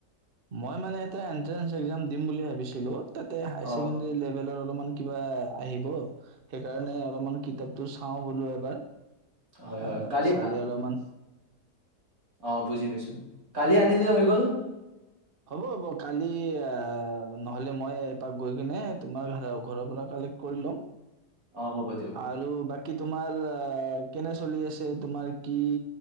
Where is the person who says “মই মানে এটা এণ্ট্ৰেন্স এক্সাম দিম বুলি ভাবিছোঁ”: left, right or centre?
Right